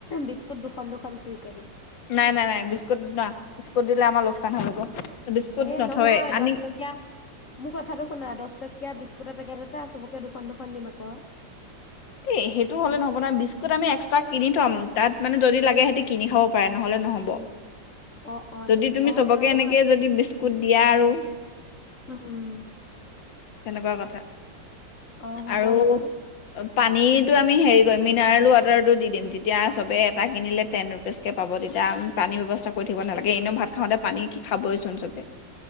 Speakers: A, on the left; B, on the left.
A: বিস্কুট দুখন দুখন ফ্ৰী কে দিম।
B: নাই নাই নাই বিস্কুট না, বিস্কুট দিলে আমাৰ লোকচান হৈ যাব। বিস্কুট
A: এ
B: নথয়
A: নহয়
B: আনি
A: দস টকীয়া মোৰ কথাটো শুনা দস টকীয়া বিস্কুট। বিস্কুটৰ পেকেট এটা আছে চবকে দুখন দুখন দিম আকৌ।
B: এই সেইটো হ'লে নহব নহয়। বিস্কুট আমি এক্সট্ৰা কিনি থম। তাত মানে যদি লাগে সিহঁতি কিনি খাব পাৰে নহলে নহ'ব।
A: অ', অ',
B: যদি
A: তেনেকা
B: তুমি
A: হ'লে
B: চবকে
A: বাৰু
B: এনেকে যদি বিস্কুট দিয়া আৰু।
A: উম
B: তেনেকুৱা কথা
A: অঁ হব
B: আৰু
A: বাৰু।
B: পানীটো আমি হেৰি কৰিম মিনাৰেল ৱাটাৰটো দি দিম। তেতিয়া চবে এটা কিনিলে টেন ৰুপিচকৈ পাব। তেতিয়া আমি পানীৰ ব্যৱস্থা কৰি থাকিব নালাগে। এনেও ভাত খাওঁতে পানী কি খাবইচোন চবে।